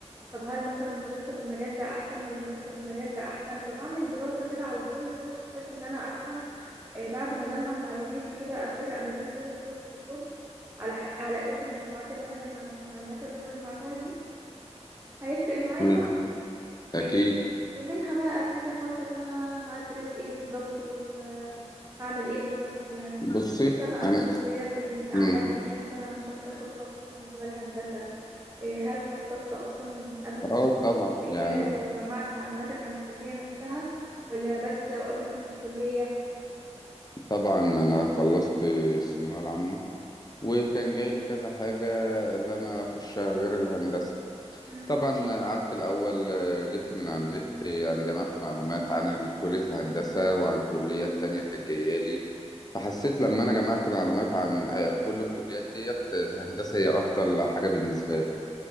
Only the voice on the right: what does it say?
طب هل مثلا مرتب المجال ده احسن ولا مرتب المجال ده احسن فبعمل دراسة كده على كل كورس بحيث ان انا افهم آه، بعد ما اجمع معلوماتي كده افرق ما بين كل كورس وكورس على ح- على اساس المجموعات اللي انا جمع المعلومات اللي انا جمعتها دي هيفرق معايا
طبعا
آه، ومنها بقى ابتدي اخطط انا هدرس ايه بالظبط وهعمل ايه بالظبط يعني
انت بقى
بالنسبة لك ال- عملت
ايه مثلا عشان تاخد خطوة في موضوع الهندسة إيه، هل خططت أصلا قبل ما
تدخل
الكلية
وجمعت معلوماتك عن الكلية نفسها ولا بس وأنت في الكلية؟
مم.